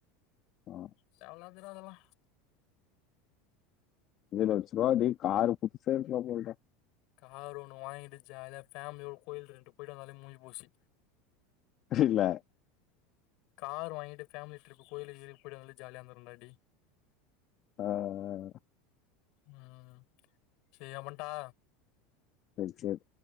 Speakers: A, on the left; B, on the left.
A: ரூ.
B: தேவல்லாது தெரியாதுடா அதெல்லா
A: அஞ்சு லச்சருவா டேய் காரு புதுசா எடுக்லா போலடா
B: காரு ஒண்ணு வாங்கிட்டு ஜாலியா ஃபேமிலியோட கோயில் ரெண்டு போயிட்டு வந்தாலே முஞ்சி போச்சு
A: ப்ரச்சன இல்ல
B: கார் வாங்கிட்டு ஃபேமிலி டிரிப்பு கோயிலுக் கீயிலுக் போய்ட்டு வந்தாலே ஜாலியா இந்துருக்கு இந்தாட்டி
A: ஆ ஆ
B: உம் செய் எவன்டா
A: மெச்சூர்